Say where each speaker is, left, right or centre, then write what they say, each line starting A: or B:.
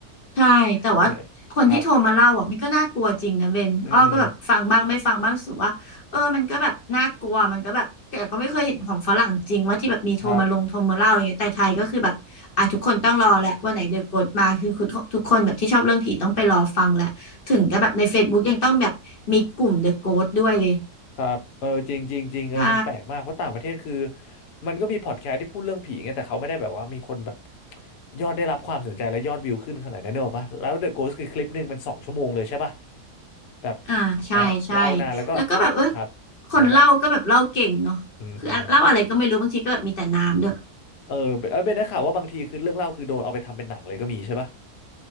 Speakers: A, on the left; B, on the left.
A: ใช่แต่ว่า
B: เอาเลยครับ
A: คนที่โทรมาเล่าอ่ะมันก็น่ากลัวจริงนะเบนอ้อก็แบบฟังบ้างไม่ฟังบ้างรู้สุว่าเออมันก็แบบน่ากลัวมันก็แบบแต่ก็ไม่เคยเห็นของฝรั่งจริงว่าที่แบบมีโทรมาลงโทรมาเล่าอย่างเงี้ยแต่ไทยก็คือแบบอ่ะทุกคนต้องรอแหละวันไหนเดอะโกสมาคือทุกทุกคนแบบที่ชอบเรื่องผีต้องไปรอฟังแหละถึงจะแบบใน
B: อืมครับ
A: Facebook ยังต้องแบบมีกลุ่มเดอะโกสด้วยเลย
B: ครับเออจริงจริงจริงเออมันแปลกมากเพราะต่างประเทศคือ
A: ใช่
B: มันก็มีพอดแคสต์ที่พูดเรื่องผีไงแต่เขาไม่ได้แบบว่ามีคนแบบยอดได้รับความสนใจและยอดวิวขึ้นขนาดนั้นเนอะปะแล้ว The Ghost คือคลิปหนึ่งมันสองชั่วโมงเลยใช่ปะแบบ
A: อ่าใช่ใช่
B: อ่ะเล่านานแล้วก็
A: แล้วก็แบบเออ
B: ครับโดยเล่า
A: คนเล่าก็แบบเล่าเก่งเนาะคือเล่าอะไรก็ไม่รู้บางทีก็แบบมีแต่น้ำด้วย
B: อืมอืมเออเบนเออเบนได้ข่าวว่าบางทีคือเรื่องเล่าคือโดนเอาไปทำเป็นหนังเลยก็มีใช่ปะ